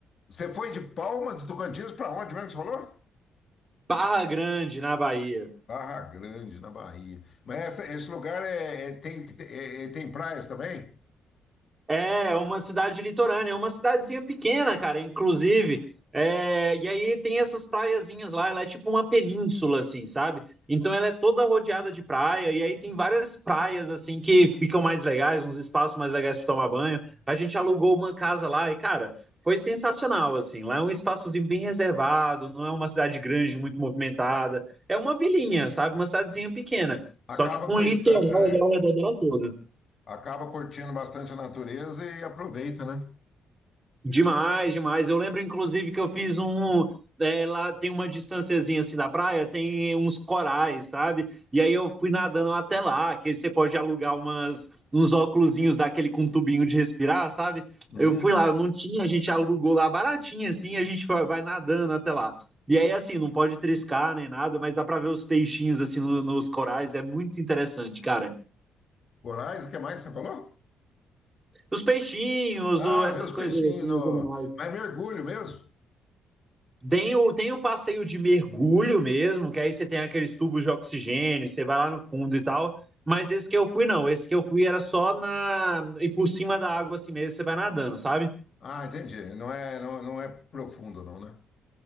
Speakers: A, on the left; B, on the right.
A: Você foi de Palma, de Tocantins, para onde mesmo que você falou?
B: Barra Grande, na Bahia.
A: Barra Grande, na Bahia. Mas essa- esse lugar é, é- tem, é- é- tem praias também?
B: É uma cidade litorânea, é uma cidadezinha pequena, cara, inclusive. É, e aí tem essas praiazinhas lá, ela é tipo uma península, assim, sabe? Então ela é toda rodeada de praia, e aí tem várias praias, assim, que ficam mais legais, uns espaços mais legais para tomar banho. A gente alugou uma casa lá e, cara, foi sensacional, assim. Lá é um espaçozinho bem reservado, não é uma cidade grande, muito movimentada. É uma vilinha, sabe? Uma cidadezinha pequena, só
A: Acaba,
B: que com
A: coi-
B: litoral
A: a-
B: ali ao redor dela toda.
A: a- acaba curtindo bastante a natureza e aproveita, né?
B: Demais, demais. Eu lembro, inclusive, que eu fiz um. é, lá tem uma distânciazinha assim da praia, tem uns corais, sabe? E aí eu fui nadando até lá, que você pode alugar umas, uns óculosinhos daquele com tubinho de respirar, sabe?
A: Uhum.
B: Eu fui lá, não tinha, a gente alugou lá baratinho assim, e a gente foi- vai nadando até lá. E aí, assim, não pode triscar nem nada, mas dá pra ver os peixinhos assim no- nos corais, é muito interessante, cara.
A: Corais, o que mais você falou?
B: Os peixinhos,
A: Ah,
B: o- essas
A: vê os
B: coisas
A: peixinhos.
B: assim,
A: no-
B: os animais.
A: Mas mergulho mesmo?
B: Tem o, tem o passeio de mergulho mesmo, que aí você tem aqueles tubos de oxigênio, você vai lá no fundo e tal. Mas esse que eu fui, não. Esse que eu fui era só na. E por cima da água assim mesmo, você vai nadando, sabe?
A: Ah, entendi. Não é, não, não é profundo, não, né?